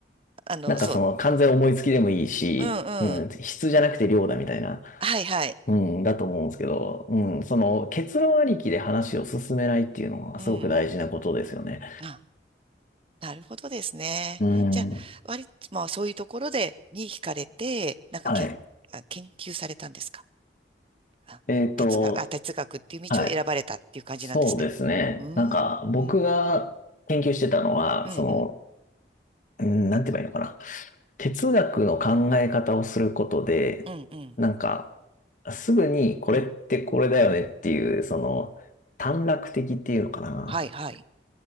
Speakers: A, on the right; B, on the left.
A: あの、
B: なんかその完全思いつきでもいいし、
A: そう。うん
B: うん、
A: うん。
B: 質じゃなくて量だみたいな、
A: はいはい。
B: うん、だと思うんですけど、うん、その結論ありきで話を進めないっていうのはすごく大事なことですよね。
A: うん。あ、なるほどですね。
B: うん。
A: じゃあ、割と、まあそういうところで、に惹かれて、なんか研、
B: はい。
A: あ研究されたんですかあ哲学、
B: えっと、
A: あ、哲学っていう道を選ばれたっていう感じなんですね。
B: はい。そうですね。
A: うん。
B: なんか、僕が研究してたのは、
A: うんうんうん、
B: その、うんなんて言えばいいのかな。哲学の考え方をすることで、
A: うん、うん、
B: なんか、すぐにこれってこれだよねっていう、
A: うん。
B: その、短絡的っていうのかな。
A: はい、はい。